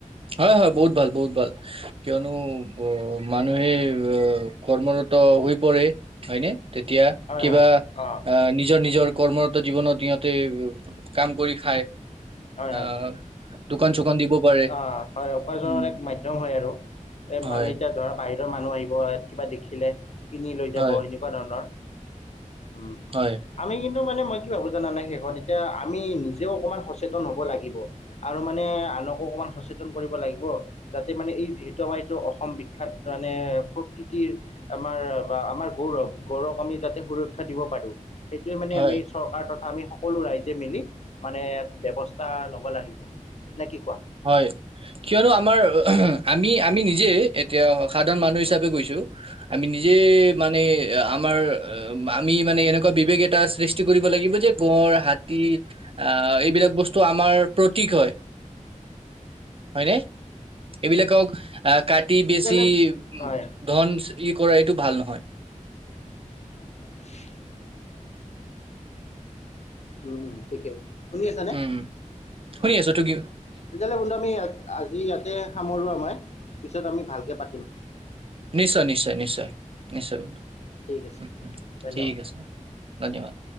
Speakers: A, on the right; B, on the left.
A: হয়, হয়, বহুত ভাল, বহুত ভাল কিয়নো অ মানুহে উম। কৰ্মৰত হৈ পৰে হয়নে? তেতিয়া
B: হয়
A: কিবা
B: হয় অঁ
A: আহ নিজৰ নিজৰ কৰ্মৰত জীৱনত সিহঁতে কাম কৰি খায়
B: হয়
A: আ দোকান চোকান দিব পাৰে
B: অ হয় উপাৰ্জনৰ
A: উম
B: এক মাধ্যম হয় আৰু এই
A: হয়
B: বান এতিয়া ধৰা বাহিৰৰ মানুহ আহিব কিবা দেখিলে কিনি লৈ
A: হয়
B: যাব এনেকুৱা ধৰণৰ উম,
A: হয়
B: আমি কিন্তু মানে মই কি ভাবো জানান নাই শেষত এতিয়া আমি নিজেও অকমান সচ সচেতন হব লাগিব। আৰু মানে আনকো অকমান সচেতন কৰিব লাগিব, যাতে মানে এই যিহেতু আমাৰ অসম বিখ্যাত মানে প্ৰকৃতিৰ আমাৰ বা আমাৰ গৌৰৱ গৌৰৱ আমি যাতে সোৰক্ষীয়া দিব পাৰিম সেইটোৱে মানে
A: হয়
B: আমি চৰকাৰ কথা আমি সকলো ৰাইজে মিলি মানে <unintelligible> ব্যৱস্থা ল'ব লাগিব নে কি কোৱা?
A: হয় কিয়নো আমাৰ আমি আমি নিজে এতিয়া সাধাৰণ মানুহ হিচাপে গৈছো আমি নিজে মানে আমাৰ আমি মানে এনেকুৱা বিবেক এটা সৃষ্টি কৰিব লাগিব যে গড় হাতী আহ এইবিলাক বস্তু আমাৰ প্ৰতীক হয়।
B: <inaudible>
A: হয় নে এইবিলাকক আ কাটি বেছি
B: তেতিয়াহ'লে
A: উম
B: হয়
A: ঘন চুলি কৰা এইটো ভাল নহয়
B: <inaudible> উম, উম, ঠিকে। শুনি আছানে?
A: উম শুনি আছো তু কি
B: তেতিয়াহ'লে বন্ধু আমি আজি ইয়াতে সামৰো মই। পিছত আমি ভালকে পাতিম।
A: নিশ্চয় নিশ্চয় নিশ্চয় নিশ্চয় বোলো
B: ঠিক আছে
A: উম উম
B: ধন্যবাদ
A: ঠিক আছে ধন্যবাদ